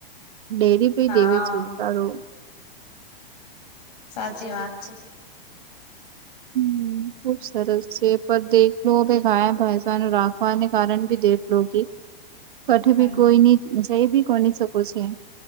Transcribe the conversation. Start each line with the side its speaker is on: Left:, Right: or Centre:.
Right: ડેરી
Left: હા
Right: દેવે છે કારો.
Left: સાચી વાત છે.
Right: હમ્મ. ખૂબ સરસ છે પર દેખલો ગાય ભેસા રાખવાને કારણ ભી દેખલો કે. કઠ
Left: હમ
Right: ભી કોઈની જઈ ભી કોની શકે છે.